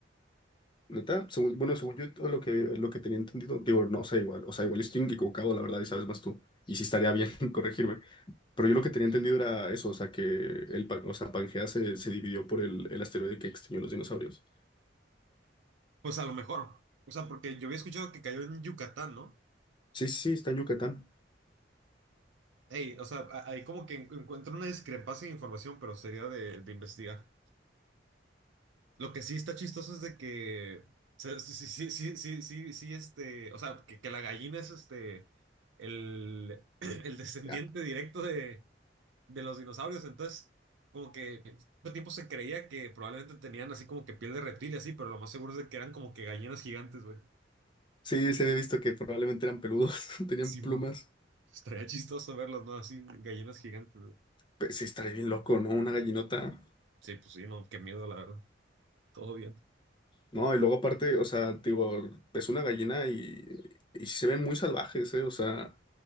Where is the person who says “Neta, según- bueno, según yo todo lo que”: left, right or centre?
Left